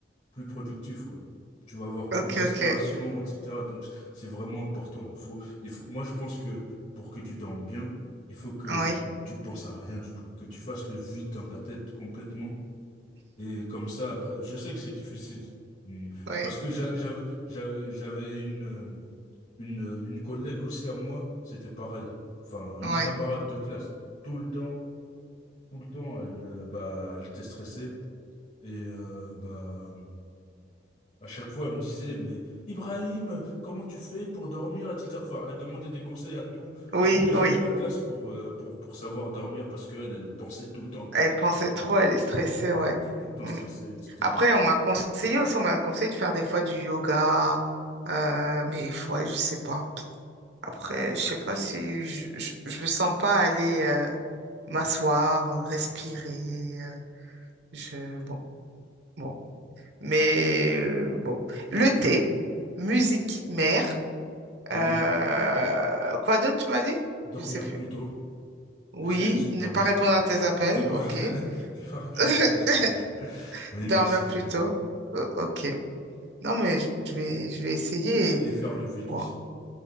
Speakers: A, on the left; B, on the right.
A: plus productif, quoi. Tu vas avoir plus
B: Ok,
A: d'inspiration,
B: ok.
A: etc. Donc, c'est vraiment important. Il faut, il faut, moi, je pense que pour que tu dormes bien, il faut que
B: Oui,
A: tu penses à rien du tout, que tu fasses le vide dans ta tête complètement et comme ça, après, je sais que c'est difficile. Mm.
B: oui,
A: Parce que j'a- j'avais, j'avais, j'avais une, euh, une, euh, une collègue aussi à moi, c'était pareil. Enfin, une
B: oui.
A: camarade de classe. Tout le temps, tout le temps, elle, euh, bah, elle était stressée. Et euh, bah, à chaque fois, elle me disait, mais Ibrahim, comment tu fais pour dormir, etc. Enfin, elle demandait des conseils à tout,
B: Oui,
A: à tous les gens
B: oui.
A: de la classe pour, euh, pour, pour savoir dormir parce qu'elle, elle elle pensait tout le temps, tout
B: Elle
A: le temps,
B: pensait
A: tout le temps,
B: trop,
A: tout le
B: elle
A: temps,
B: est stressée,
A: tout le temps.
B: ouais.
A: Elle était tout le temps
B: Mm.
A: stressée, etc.
B: Après, on m'a conseillé aussi, on m'a conseillé de faire des fois du yoga, euh, mais ouais, je sais pas. Après,
A: Ok.
B: je sais pas si je, je, je me sens pas aller euh, m'asseoir, euh, respirer. euh, je bon, bon. Mais euh, bon, le thé, musique mère.
A: Oui.
B: euh, quoi d'autre tu m'as dit?
A: Dormir
B: Je sais plus.
A: plus tôt.
B: Oui,
A: Essayer de
B: ne
A: dormir
B: pas répondre
A: plus tôt.
B: à tes appels,
A: Ne pas,
B: ok.
A: <laughs> ne pas répondre
B: <laughs>
A: à mes appels. Oui,
B: Dormir
A: merci.
B: plus tôt, euh, ok. Non mais je vais, je vais essayer.
A: Et faire le vide
B: Bon,
A: aussi.